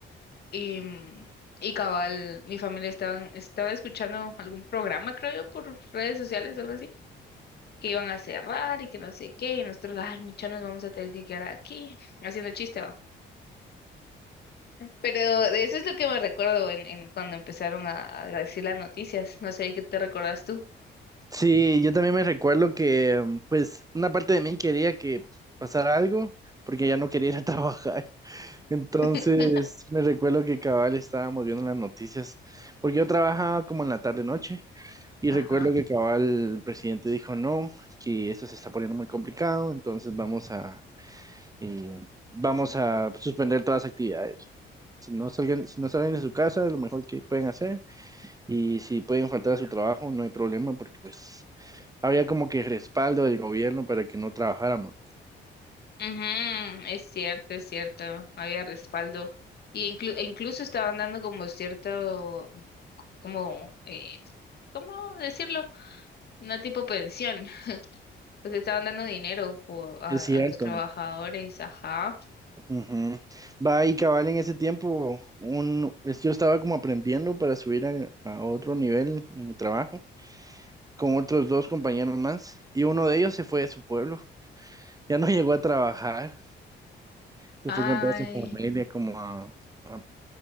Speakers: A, on the left; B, on the right.
A: Y, mm, y cabal, mi familia estaban, estaba escuchando algún programa, creo yo, por redes sociales, algo así, que iban a cerrar y que no sé qué, y nosotros, ay, muchachos, nos vamos a tener que quedar aquí, haciendo chiste, va. Pero de eso es lo que me recuerdo en, en cuando empezaron a, a decir las noticias, no sé qué te recuerdas tú.
B: Sí, yo también me recuerdo que, mm, pues, una parte de mí quería que pasara algo, porque ya no quería ir a <laughs> trabajar. Entonces,
A: <laughs>
B: me recuerdo que cabal estábamos viendo las noticias, porque yo trabajaba como en la tarde-noche, y
A: Ajá.
B: recuerdo que cabal el presidente dijo no, que esto se está poniendo muy complicado, entonces vamos a, eh, vamos a suspender todas las actividades. Si no salgan, si no salen de su casa, lo mejor que pueden hacer, y si pueden faltar a su trabajo, no hay problema, porque pues había como que respaldo del gobierno para que no trabajáramos.
A: Ujú, es cierto, es cierto, había respaldo. Y inclu- e incluso estaban dando como cierto, como, eh, ¿cómo decirlo? Una tipo pensión. <laughs> Pues estaban dando dinero po- a,
B: Es
A: a
B: cierto.
A: los trabajadores, ajá.
B: Ujú. Va y cabal en ese tiempo, un, es- yo estaba como aprendiendo para subir a, a otro nivel en mi trabajo con otros dos compañeros más y uno de ellos se fue a su pueblo, ya no <laughs> llegó a trabajar, se
A: Ay,
B: fue con toda su familia como a, a,